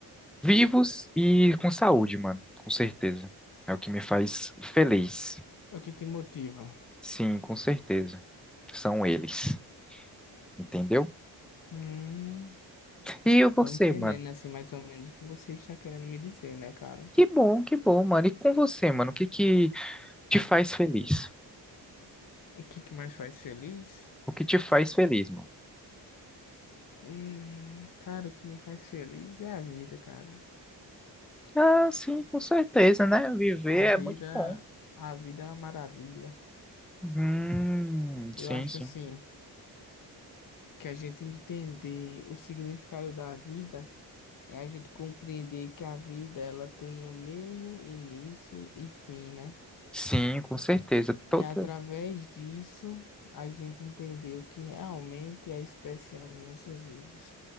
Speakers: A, in the centre; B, on the left.
A: vivos e com saúde, mano, com certeza. É o que me faz feliz.
B: É O que te motiva?
A: Sim, com certeza. São eles, entendeu?
B: Hum.
A: E você,
B: Tô entendendo,
A: mano?
B: assim, mais ou menos o que você está querendo me dizer, né, cara?
A: Que bom, que bom, mano. E com você, mano? O que que te faz feliz?
B: O que que mais faz feliz?
A: O que te faz feliz, mano?
B: Hum, cara, o que me faz feliz é a vida, cara.
A: Ah, sim, com certeza, né? Viver
B: A vida,
A: é muito bom.
B: a vida é uma maravilha.
A: Hum, sim,
B: Eu acho
A: sim.
B: assim, que a gente entender o significado da vida é a gente compreender que a vida ela tem um meio, início e fim, né?
A: Sim, com certeza. Toda,
B: E através disso, a gente entender o que realmente é especial nas nossas vidas.